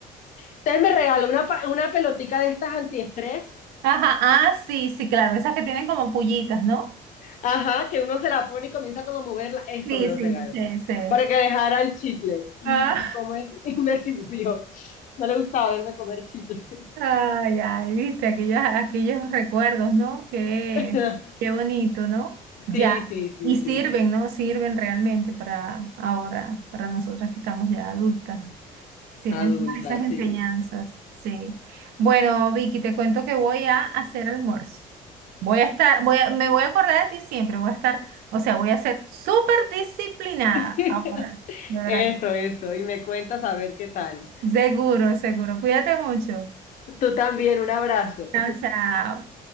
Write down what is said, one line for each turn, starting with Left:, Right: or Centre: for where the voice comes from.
Left: Entonces me regaló una, pa- una pelotica de estas antiestrés,
Right: Ajá, ah, sí, sí, claro, esas que tienen como pullitas, ¿no?
Left: ajá, que uno se la pone y comienza como a moverla, eso
Right: Sí,
Left: me lo
Right: sí,
Left: regaló,
Right: sí, sí.
Left: para que dejara el chicle, y,
Right: Ah,
Left: y como es, <laughs> y me sirvió. No le gustaba verme comer chicle.
Right: <laughs> ay, ay, viste, aquellos, aquellos recuerdos, ¿no? Qué,
Left: <laughs>
Right: qué bonito, ¿no? Ya,
Left: Sí, sí, sí,
Right: y sirven,
Left: sí,
Right: ¿no? Sirven realmente para ahora, para nosotras que estamos ya adultas. Sirven
Left: adulta,
Right: todas esas
Left: sí.
Right: enseñanzas, sí. Bueno, Vicky, te cuento que voy a hacer almuerzo. Voy a estar, voy a- me voy a acordar de ti siempre, voy a estar, o sea, voy a ser súper disciplinada
Left: <laughs>
Right: ahora, de verdad.
Left: Eso, eso, y me cuentas a ver qué tal.
Right: que- Seguro, seguro. Cuídate mucho.
Left: Tú también, un abrazo.
Right: Chao, chao.